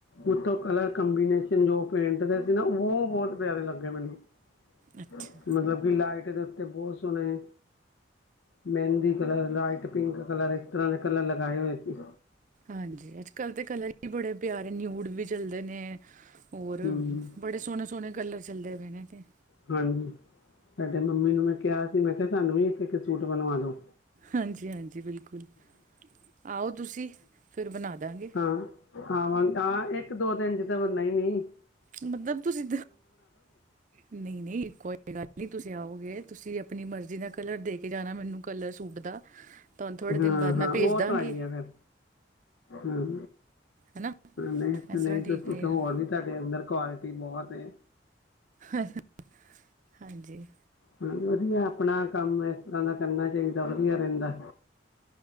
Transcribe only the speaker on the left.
ਉਤੋਂ ਕਲਰ ਕੰਬੀਨੇਸ਼ਨ ਜੋ ਪੇਂਟ ਦੇ ਸੀ ਨਾ ਉਹ ਬਹੁਤ ਪਿਆਰੇ ਲੱਗੇ ਮੈਨੂੰ।
ਹੂੰ ਮਤਲਬ ਕਿ ਲਾਈਟ ਦੇ ਉੱਤੇ ਬਹੁਤ ਸੋਹਣੇ, ਮਹਿੰਦੀ ਕਲਰ, ਲਾਈਟ ਪਿੰਕ ਕਲਰ ਇਸ ਤਰ੍ਹਾਂ ਦੇ ਕਲਰ ਲਗਾਏ ਹੋਏ ਸੀ।
ਹੂੰ
ਹਾਂਜੀ, ਸਾਡੇ ਮੰਮੀ ਨੂੰ ਮੈਂ ਕਿਹਾ ਸੀ ਮੈਂ ਕਿਹਾ ਸਾਨੂੰ ਵੀ ਇੱਕ, ਇੱਕ ਸੂਟ ਬਣਵਾ ਦੋ।
ਹਾਂ-ਹਾਂ ਵਾਂ ਹਾਂ ਇੱਕ-ਦੋ ਦਿਨ 'ਚ ਤੇ ਬਣਨਾ ਨੀ।
ਹਾਂ-ਹਾਂ
ਉਹ
ਤਾਂ ਆਈ ਆ ਫੇਰ, ਹੂੰ।
ਨਈ-ਨਈ
ਤੁਸੀਂ
ਕਹੋ ਹੋਰ ਵੀ ਤੁਹਾਡੇ ਅੰਦਰ ਕੁਆਲਿਟੀ ਬਹੁਤ ਐ।
ਹਾਂਜੀ-ਵਧੀਆ ਆਪਣਾ ਕੰਮ ਇਸ ਤਰ੍ਹਾਂ ਦਾ ਕਰਨਾ ਚਾਹੀਦਾ ਵਧੀਆ ਰਹਿੰਦਾ।